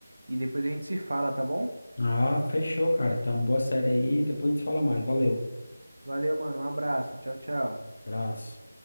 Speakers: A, on the right; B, on the left.
A: e depois a gente se fala, tá bom?
B: Ah, fechou, cara. Então, boa série aí, depois a gente fala mais. Valeu.
A: Valeu, mano, um abraço, tchau, tchau.
B: Abraço.